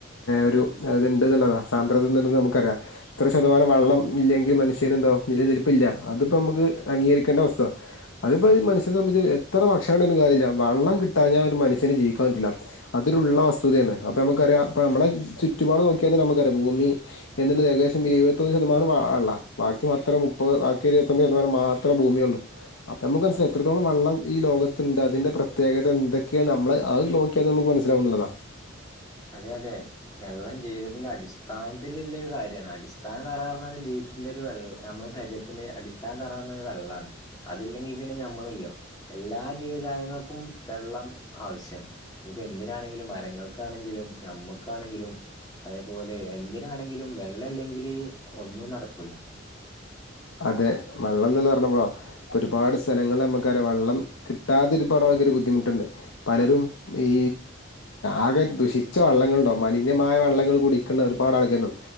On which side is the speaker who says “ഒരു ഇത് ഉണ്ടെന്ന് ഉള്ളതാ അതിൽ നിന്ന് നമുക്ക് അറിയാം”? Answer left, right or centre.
Left